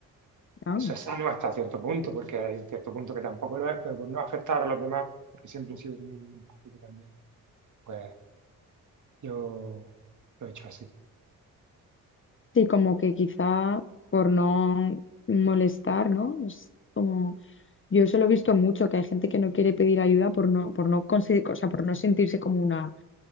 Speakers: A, on the left; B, on the right.
A: ah.
B: Eso es sano hasta cierto punto, porque hay cierto punto que tampoco lo es, pero por no afectar a los demás, porque siempre he sido muy empático también. pues Yo lo he hecho así.
A: Sí, como que quizá por no molestar, ¿no? Es como, yo eso lo he visto mucho, que hay gente que no quiere pedir ayuda por no, por no conseguir, o sea, por no sentirse como una